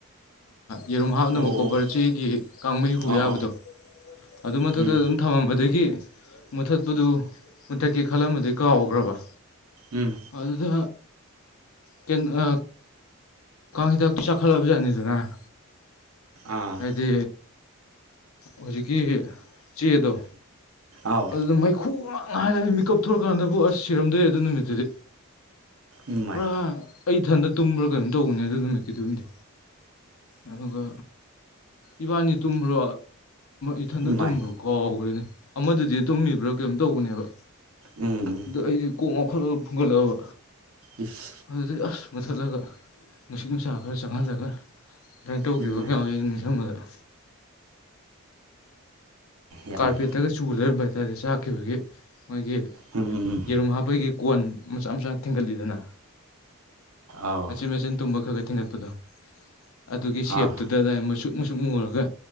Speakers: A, on the left; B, on the right.
A: ꯌꯦꯔꯨꯝ ꯍꯥꯞꯅꯕ
B: ꯑꯣ
A: ꯀꯣꯕꯔ ꯆꯦꯒꯤ ꯀꯥꯡꯍꯩ ꯍꯨ
B: ꯑꯣ
A: ꯌꯥꯕꯗꯣ
B: ꯑꯣ ꯑꯣ
A: ꯑꯗꯨ ꯃꯊꯛꯇꯗ
B: ꯎꯝ
A: ꯑꯗꯨꯝ ꯊꯝꯃꯝꯕꯗꯒꯤ ꯃꯨꯠꯊꯠꯄꯗꯨ ꯃꯨꯊꯠꯀꯦ ꯈꯜꯂꯝꯕꯗꯨꯏ ꯀꯥꯎꯈ꯭ꯔꯕ
B: ꯎꯝ
A: ꯑꯗꯨꯗ ꯀ ꯀꯁꯤꯗ ꯄꯤꯁ ꯆ ꯈꯂꯕꯕꯨꯖꯥꯅꯤꯗꯅ
B: ꯑꯥ
A: ꯍꯥꯏꯗꯤ ꯍꯧꯖꯤꯛꯀꯤ ꯆꯦ ꯑꯗꯣ
B: ꯑꯥꯎ
A: ꯑꯗꯨꯗ ꯃꯩꯈꯨ ꯉꯥꯛꯅ ꯍꯥꯏꯔꯛꯑꯦ ꯃꯤꯀꯞ ꯊꯣꯛꯧꯛꯀꯥꯟꯗꯕꯨ ꯑꯁ ꯁꯤꯔꯝꯗꯣꯏꯦ ꯑꯗꯨ ꯅꯨꯃꯤꯠꯇꯨꯗꯤ
B: ꯏꯃꯥꯏ
A: ꯄꯨꯔꯥ ꯑꯩ ꯏꯊꯟꯗ ꯇꯨꯝꯕ꯭ꯔꯥ ꯀꯩꯅꯣꯝ ꯇꯧꯕꯅꯦ ꯑꯗꯨ ꯅꯨꯃꯤꯠꯀꯤ ꯑꯗꯨꯝꯗꯤ ꯑꯗꯨꯒ ꯏꯕꯥꯅꯤ ꯇꯨꯝꯕ꯭ꯔꯣ ꯏꯊꯟꯇ
B: ꯏꯃꯥꯏ
A: ꯇꯨꯝꯕ꯭ꯔꯣ ꯀꯥꯎꯈ꯭ꯔꯅꯦ ꯑꯃꯗꯨꯗꯤ ꯇꯨꯝꯃꯤꯕ꯭ꯔꯥ ꯀꯔꯤꯝ ꯇꯧꯕꯅꯦꯕ
B: ꯎꯝ ꯎꯝ
A: ꯑꯗꯣ ꯑꯩꯗꯤ ꯀꯣꯛ ꯉꯥꯎꯈꯠꯂꯒ ꯐꯨꯒꯠꯂꯛꯑꯕ
B: ꯏꯁ
A: ꯑꯗꯨꯩ ꯑꯁ ꯃꯨꯊꯠꯂꯒ ꯅꯨꯡꯁꯤꯠ ꯅꯨꯡꯁꯥ ꯈꯔ ꯆꯪꯍꯜꯂꯒ ꯑꯗꯨꯃꯥꯏꯅ ꯇꯧꯈꯤꯕ
B: ꯏꯃꯥꯏꯅꯦꯍꯦ
A: ꯃꯌꯥꯝ ꯅꯤꯡꯁꯤꯡꯕꯗ
B: ꯌꯥꯝꯃꯦ
A: ꯀꯔꯄꯦꯠ ꯍꯈꯤꯛꯇꯒ ꯆꯨ ꯂꯩꯔꯝꯕ ꯍꯥꯏꯇꯥꯔꯦ ꯆꯥꯛꯈꯤꯕꯒꯤ ꯃꯣꯏꯒꯤ
B: ꯍꯝ
A: ꯌꯦꯔꯨꯝ ꯍꯥꯞꯄꯒꯤ ꯀꯣꯟ ꯃꯆꯥ ꯃꯆꯥ ꯊꯤꯡꯒꯠꯂꯤꯗꯅ
B: ꯑꯥꯎ
A: ꯃꯆꯤꯟ ꯃꯆꯤꯟ ꯇꯨꯝꯕ ꯈꯔ ꯈ ꯊꯤꯟꯒꯠꯄꯗꯣ ꯑꯗꯨꯒꯤ ꯁꯦꯞꯇꯨꯗ
B: ꯑꯥ
A: ꯑꯗꯨ ꯃꯆꯁꯨꯛ ꯃꯆꯁꯨꯛ ꯃꯨꯔꯒ